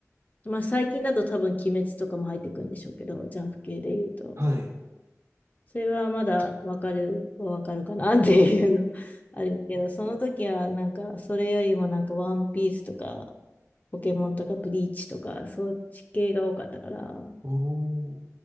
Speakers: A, on the left; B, on the right.
A: まあ最近だと多分鬼滅とかも入ってくるんでしょうけど、ジャンプ系で言うと。
B: はい。
A: それはまだわかるはわかるかなっていうの <laughs> あるけど、その時はなんか、それよりもなんかワンピースとか、ポケモンとかブリーチとか、そっち系が多かったから、
B: おー